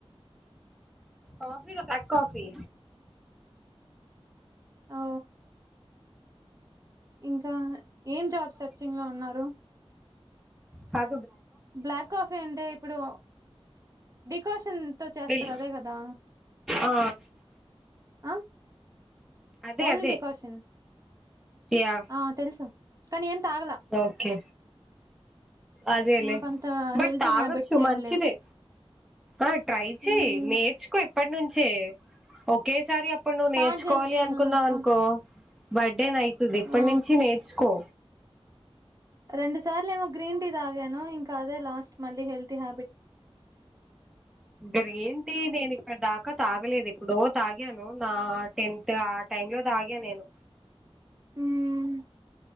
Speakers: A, in the centre; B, on the right.
A: కాఫీ బ్లాక్ కాఫీ
B: ఓ ఇంకా ఏం జాబ్ సర్చింగ్ లో ఉన్నారు
A: హ
B: బ్లాక్ కాఫీ అంటే ఇప్పుడు డికాషన్ తో చేస్తరు
A: మిల్
B: అదే కదా
A: ఆ
B: ఆ
A: అదే
B: ఓన్లీ
A: అదే
B: డికాషన్
A: యా
B: ఆ తెలుసు కానీ ఏం తాగలా
A: ఓకే అదేలే
B: మాకంత
A: బట్
B: హెల్తీ హ్యాబిట్స్
A: ఆగచ్చు
B: ఏం
A: మంచిదే
B: లేవు
A: ఆ ట్రై చెయ్
B: మ్మ్.
A: నేర్చుకో ఇప్పటి నుంచే ఒకేసారి అప్పుడు నువ్వు
B: స్టార్ట్
A: నేర్చుకోవాలి
B: చేస్తున్నాను
A: అనుకున్నావనుకో
B: అక్క
A: బర్డేన్ అయితది ఇప్పటి
B: ఆ
A: నుంచే నేర్చుకో
B: రెండు సార్లు ఏమో గ్రీన్ టీ తాగాను ఇంకా అదే లాస్ట్ మళ్ళీ హెల్తీ హ్యాబిట్
A: ఇక్కడ ఏంటి నేను ఇక్కడ దాకా తాగలేదు ఎప్పుడో తాగాను నా టెన్త్ ఆ రెండూ తాగా నేను
B: మ్మ్